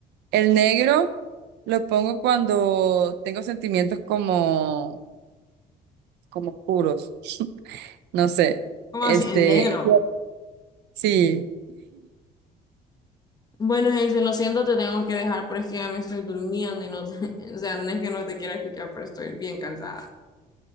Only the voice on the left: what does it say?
¿Cómo
así? El negro.
Bueno, Hazel, lo siento, te tengo que dejar, pero es que ya me estoy durmiendo y no, te- <laughs> o sea, no es que no te quiera escuchar, pero estoy bien cansada.